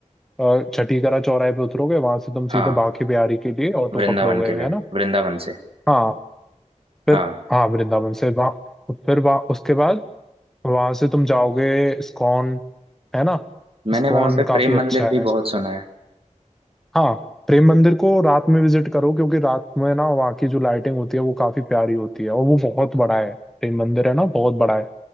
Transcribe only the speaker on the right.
हाँ
वृंदावन
के लिए
वृंदावन से
हाँ
मैंने वहाँ पे
प्रेम
मंदिर भी
बहुत सुना है